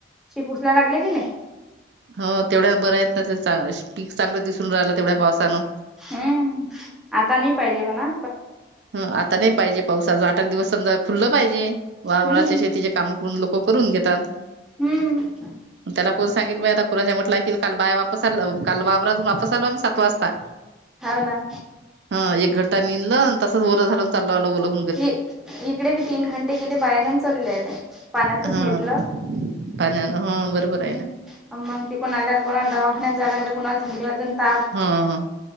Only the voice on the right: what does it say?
हो तेवढ्या बऱ्या आहेत ना ते पीक चांगलं दिसून राहिलं तेवढ्या पावसानं
ह आता नाही पाहिजे पावसा ज आठ एक दिवस समजा खुल्लं पाहिजे वारवारचे
शेतीचे काम पण लोक. करून घेतात.
त्याला कोण सांगेल बा आता कुणाच्या म्हटलं क काल बाया वापस आ काल वावरातून वापस आलो आम्ही सात वाजता.
ह एक घंटा निलं तसच बओलं झालं चालला बलत.
हा
पाण्यानं ह बरोबर
आहे ना
हा